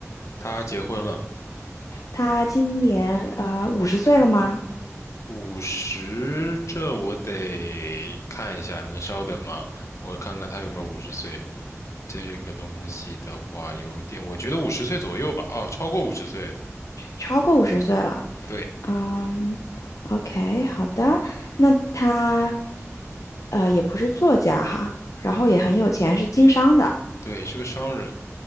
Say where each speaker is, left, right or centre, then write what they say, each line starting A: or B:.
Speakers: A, on the left; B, on the left.
A: 他结婚了。
B: 他今年呃五十岁了吗？
A: 五十，这我得看一下，您稍等啊，我看看他有没有五十岁。这个东西的话，有一点，我觉得五十岁左右吧，哦，超过五十岁了。
B: 超过五十岁了。
A: 对，
B: 嗯，OK，好的。那他呃也不是作家哈，然后也很有钱，
A: 嗯哼，
B: 是经商的，
A: 对，是个商人。